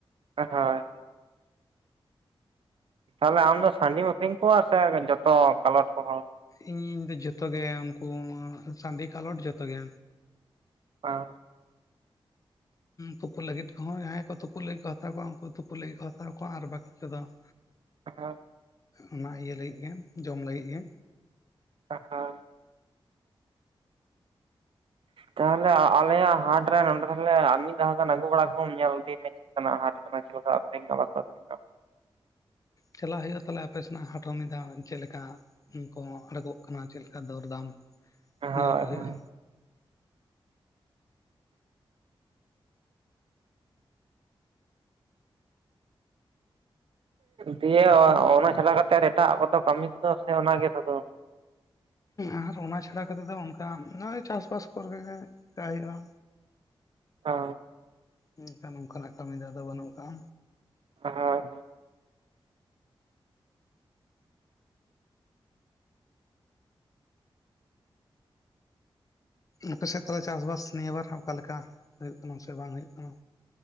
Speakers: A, on the right; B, on the left.
A: ᱦᱳᱭ ᱾ ᱛᱟᱦᱚᱞᱮ ᱟᱢᱫᱚ ᱥᱟᱺᱰᱤᱢ ᱟᱹᱠᱷᱨᱤᱧ ᱠᱚᱜᱣᱟ ᱥᱮ ᱡᱚᱛᱚ ᱠᱟᱞᱚᱴ? ᱠᱚ ᱦᱚᱲ
B: ᱤᱧ ᱫᱚ ᱡᱚᱛᱚ ᱜᱮ ᱩᱱᱠᱩ ᱥᱟᱺᱰᱤ ᱠᱟᱞᱚᱴ ᱡᱚᱛᱚ ᱜᱮ᱾
A: ᱚᱸ ᱾
B: ᱛᱩᱯᱩ ᱞᱟᱹᱜᱤᱫ ᱠᱚᱦᱚᱸ ᱡᱟᱦᱟᱸᱭ ᱠᱚ ᱛᱩᱯᱩᱜ ᱞᱟᱹᱜᱤᱫ ᱠᱚ ᱦᱟᱛᱟᱣ ᱠᱚᱣᱟ ᱩᱱᱠᱩ ᱛᱩᱯᱩ ᱞᱟᱹᱜᱤᱫ ᱠᱚ ᱦᱟᱛᱟᱣ ᱠᱚᱣᱟ ᱟᱨ ᱵᱟᱹᱠᱤ ᱠᱚᱫᱚ <inaudible>
A: <inaudible>
B: ᱚᱱᱟ ᱤᱭᱟᱹ ᱞᱟᱹᱜᱤᱫ ᱜᱮ ᱡᱚᱢ ᱞᱟᱹᱜᱤᱫ ᱜᱮ᱾
A: ᱚ ᱦᱳᱭ ᱾ ᱛᱟᱦᱚᱞᱮ ᱟᱞᱮᱭᱟᱜ ᱦᱟᱴ ᱨᱮ ᱱᱚᱰᱮ ᱛᱟᱦᱚᱞᱮ ᱢᱤᱫ ᱫᱷᱟᱣ ᱜᱟᱱ ᱟᱹᱜᱩ ᱵᱟᱲᱟ ᱠᱚᱢ ᱧᱮᱞ ᱤᱫᱤᱭ ᱢᱮ᱾ ᱪᱮᱫ ᱞᱮᱠᱟᱱ ᱟᱜ ᱦᱟᱴ ᱠᱟᱱᱟ ᱪᱮᱫ ᱠᱟ ᱠᱚ ᱟᱠᱷᱨᱤᱧ ᱚᱜ ᱟ ᱥᱮ ᱵᱟᱝᱟ ᱠᱚ ᱟᱠᱷᱨᱤᱧ ᱚᱜᱼᱟ ᱾
B: ᱪᱟᱞᱟᱜ ᱦᱩᱭᱩᱜᱼᱟ ᱛᱟᱦᱚᱞᱮ ᱟᱯᱮ ᱥᱮᱱᱟᱜ ᱦᱟᱴ ᱦᱚᱸ ᱢᱤᱫ ᱫᱷᱟ ᱪᱮᱫ ᱞᱮᱠᱟ ᱠᱩ ᱟᱲᱜᱚᱜ ᱠᱟᱱᱟ ᱪᱮᱫ ᱞᱮᱠᱟ ᱫᱚᱨᱫᱟᱢ ᱧᱮᱞᱠᱩ
A: ᱦᱳᱭ
B: ᱦᱩᱭᱩᱜᱼᱟ᱾
A: ᱦᱳᱭ ᱫᱤᱭᱮ
B: ᱟᱨ
A: ᱚᱱᱟ ᱪᱷᱟᱲᱟ ᱠᱟᱛᱮᱫ ᱮᱴᱟᱜ ᱠᱚᱫᱚ ᱠᱟᱹᱢᱤ ᱠᱚᱫᱚ ᱥᱮ ᱚᱱᱟᱜᱮ ᱥᱩᱫᱩ
B: ᱟᱨ ᱚᱱᱟ ᱪᱷᱟᱲᱟ ᱠᱟᱛᱮᱫ ᱫᱚ ᱚᱱᱠᱟ ᱱᱚᱜᱚᱭ ᱪᱟᱥ ᱵᱟᱥ ᱠᱚᱨᱮᱜ ᱪᱤᱠᱟᱭ ᱦᱩᱭᱩᱜᱼᱟ᱾
A: ᱚ ᱾
B: ᱢᱮᱱᱠᱷᱟᱱ ᱚᱱᱠᱟᱱᱟᱜ ᱠᱟᱹᱢᱤ ᱫᱚ ᱟᱫᱚ ᱵᱟᱹᱱᱩᱜ ᱟᱠᱟᱜ-ᱟ᱾
A: ᱦᱳᱭ,
B: ᱟᱯᱮ ᱥᱮᱫ ᱛᱟᱞᱚᱞᱮ ᱪᱟᱥᱼᱵᱟᱥ ᱱᱤᱭᱟᱹᱵᱟᱨ ᱚᱠᱟᱞᱮᱠᱟ ᱦᱩᱭᱩᱜ ᱠᱟᱱᱟ ᱥᱮ ᱵᱟᱝ ᱦᱩᱭᱩᱜ ᱠᱟᱱᱟ?